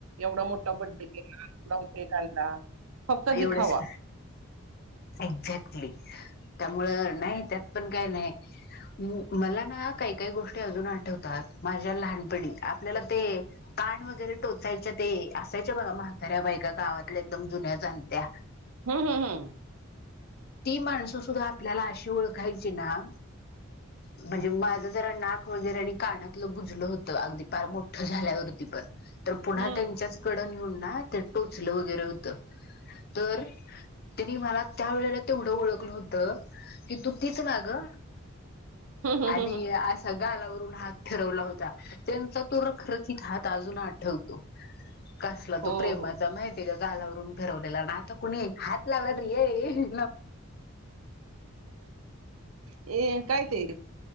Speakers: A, on the right (about 80°); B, on the left (about 45°).
A: एवढा मोठा बड्डे केला एवढाक आणला. फक्त
B: एवढच
A: दिखावा
B: एक्झॅक्टली त्यामुळ नाही त्यात पण काय नाही. मला ना काही काही गोष्टी अजून आठवतात. माझ्या लहानपणी आपल्याला ते कान वगैरे टोचायचे ते असायच्या बघा. अर बाई का गावात एकदम जुन्या सत्या
A: हा हा हा
B: ती माणस आपल्याला अशी ओळखायची ना म्हणजे माझ जरा नाक वगैरे आणि कानातलं बुजलं होतं अगदी फार मोठं झाल्यावरती पण तर पुन्हा
A: हम्म
B: त्यांच्याच कडं न्हुन हा ते टोचल वगैरे होत तर तिनी मला त्या वेळेला तेवढं ओळखलं होतं की तू तीच ना ग
A: हम्म हम्म
B: आणि
A: हम्म हम्म
B: अस गालावरून हात फिरवला होता, त्यांचा तो रखरखित हात अजून आठवतो. कसला
A: हो
B: तो प्रेमाचा
A: हो
B: माहितीय का गालावरून फिरवलेला आता कुणी हात लावला तरी <unintelligible>
A: ये काय ते